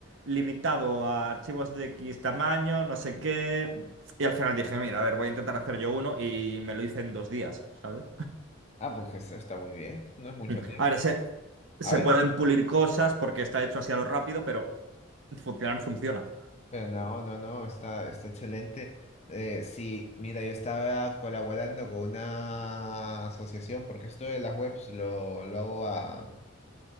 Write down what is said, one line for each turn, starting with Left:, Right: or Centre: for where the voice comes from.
Right: limitado a archivos de X tamaño, no sé qué. Y al final dije, mira, a ver, voy a intentar hacer yo uno y me lo hice en dos días, ¿sabes?
Left: Ah, pues eso está muy bien. No es mucho
Right: <laughs>
Left: tiempo.
Right: A ver, se, se
Left: A veces
Right: pueden pulir cosas porque está hecho así a lo rápido, pero funcionar funciona.
Left: Pero no, no, no, está, está excelente. Eh, sí, mira, yo estaba colaborando con una asociación, porque esto de las webs lo, lo hago a,